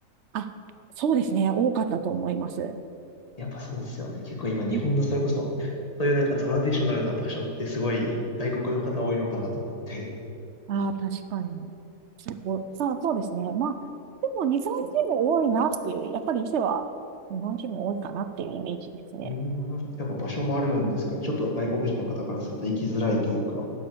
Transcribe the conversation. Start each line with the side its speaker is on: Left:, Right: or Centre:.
Right: あ、そうですね。多かったと思います。
Left: やっぱそうですよね。結構今日本のそれこそ、
Right: うん。
Left: そういうなんかトラディショナルな場所ってすごい外国の方多いのかなと思って。
Right: ああ、確かに。結構、さあ、そうですね。まあ、でも日本人も多いなっていう、やっぱり伊勢は日本人も多いかなっていうイメージですね。
Left: うーん、やっぱ場所もあるんですかね。ちょっと外国人の方からすると行きづらいというか。